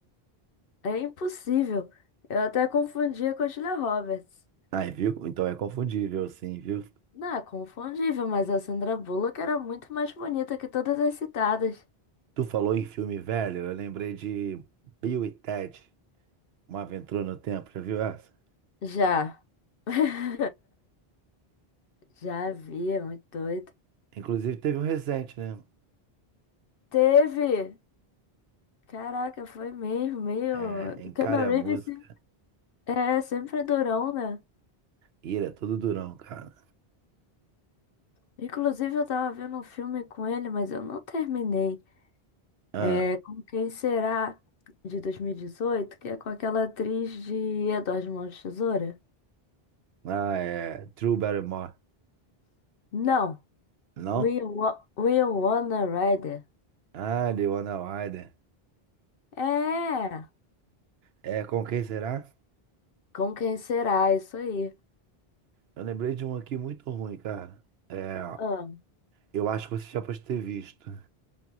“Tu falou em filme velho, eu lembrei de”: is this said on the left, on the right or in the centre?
Right